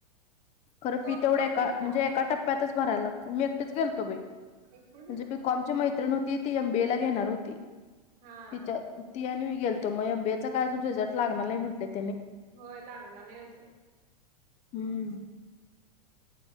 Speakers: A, on the left; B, on the right.
A: खरं
B: कोण
A: फी तेवढं
B: कोण
A: एका
B: गेलता
A: म्हणजे एका टप्प्. प्प्यातच भराय लागतंय. मी एकटीच गेलतो बाई.
B: एकटीच गेलतीस
A: म्हणजे बिकॉमची
B: काय
A: मैत्रिण होती. ती एमबीएला घेनार होती.
B: हा
A: तिच्या
B: हा
A: ति आनी वी. गेलतो म एमबीएचा काय अजून रीझल्ट लागना नाही म्हंतायत.
B: होय लागला नाही अजून.
A: हम्म.